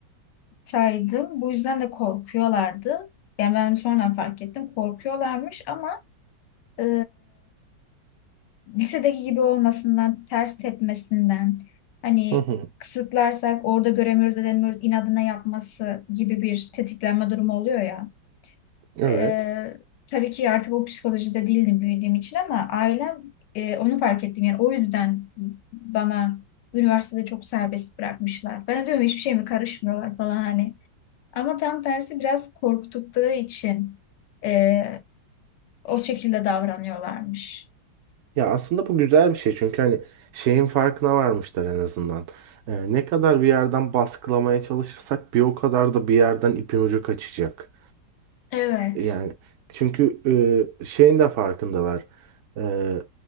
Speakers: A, on the left; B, on the right.
A: saydım. Bu yüzden de korkuyorlardı. Yani ben sonradan fark ettim. Korkuyorlarmış ama e, lisedeki gibi olmasından, ters tepmesinden, hani
B: Hı hı.
A: kısıtlarsak orada göremiyoruz, edemiyoruz, inadına yapması gibi bir tetiklenme durumu oluyor ya.
B: Evet.
A: E, tabii ki artık o psikolojide değildim büyüdüğüm için ama ailem e, onu fark ettim. Yani o yüzden bana üniversitede çok serbest bırakmışlar. Ben de diyorum hiçbir şey mi karışmıyorlar falan hani. Ama tam tersi biraz korktukları için eee, o şekilde davranıyorlarmış.
B: Ya aslında bu güzel bir şey çünkü hani şeyin farkına varmışlar en azından. Ee, ne kadar bir yerden baskılamaya çalışırsak bir o kadar da bir yerden ipin ucu kaçacak.
A: Evet.
B: Yani çünkü e, şeyin de farkındalar. Ee,